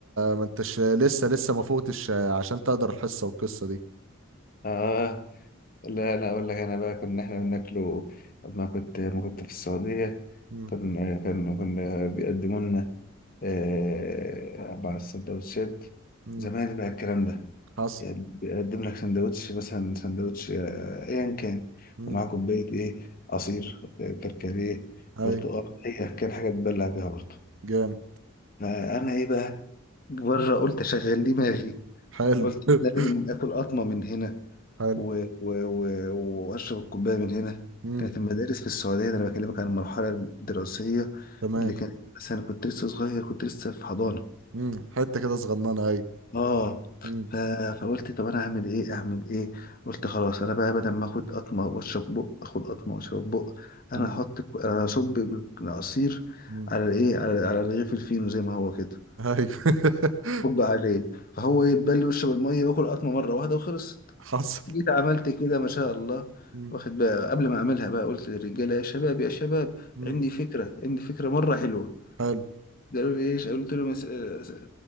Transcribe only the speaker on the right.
ما انتش لسه لسه ما فوقتش عشان تقدر الحصة والقصة دي
مم.
مم.
حصل
مم.
اي
جامد
حلو
<laughs>
حلو
مم.
تمام
مم. حتة كده صغننة ايوه
مم.
مم.
مم.
ايوه <laughs>
مم.
حصل
مم.
مم.
حلو